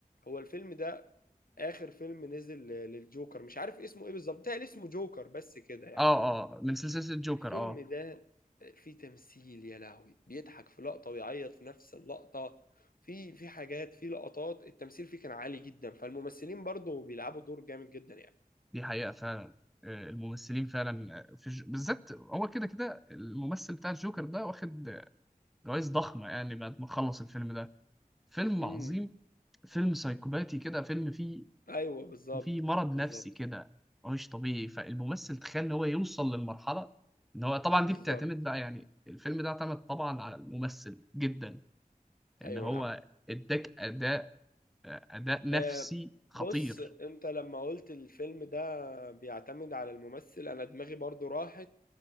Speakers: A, on the left; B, in the centre.
A: هو الفيلم ده اخر فيلم نزل ل- للجوكر مش عارف اسمه ايه بالظبط ده اسمه جوكر بس كده يعني
B: اه اه من سلسله الجوكر
A: الفيلم
B: اه
A: ده فيه تمثيل يا لهوي بيضحك في لقطة ويعيط في نفس اللقطة في في حاجات في لقطات التمثيل فيه كان عالي جدا فالممثلين برضو بيلعبوا دور جامد جدا يعني
B: دي حقيقة فعلا آه، الممثلين فعلا آه، في الج... بالذات هو كده كده الممثل بتاع الجوكر ده واخد جوائز ضخمة يعني بعد ما خلص الفيلم ده فيلم
A: امم
B: عظيم فيلم سايكوباتي كده فيلم فيه
A: ايوه بالظبط
B: فيه مرض
A: بالظبط
B: نفسي كده مش طبيعي فالممثل تخيل ان هو يوصل للمرحلة ان هو طبعا
A: بالظبط
B: دي بتعتمد بقى يعني الفيلم ده اعتمد طبعا على الممثل جدا ان
A: ايوه
B: هو
A: نعم
B: اداك اداء آه، اداء نفسي
A: آه،
B: خطير
A: بص انت لما قلت الفيلم ده بيعتمد على الممثل انا دماغي برضو راحت